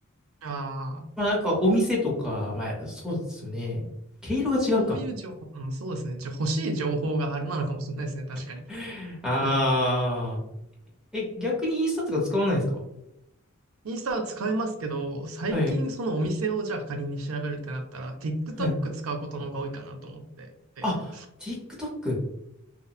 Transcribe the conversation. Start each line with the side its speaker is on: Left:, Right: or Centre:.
Right: ああ、
Centre: まあ、
Right: そ
Centre: なんかお店とか、まあ、そうですよね。毛色が違うか。
Right: そういう情報、うん、そうですね。じゃ、欲しい情報があれなのかもしれないですね、確かに。
Centre: <laughs> ああ。
Right: うん。
Centre: え、逆にインスタとか使わないんですか
Right: インスタは使いますけど、最近そのお店をじゃあ仮に調べるってなったら、
Centre: はい。
Right: TikTok
Centre: はい。
Right: 使うことの方が多いかなと思ってて、
Centre: あ、TikTok。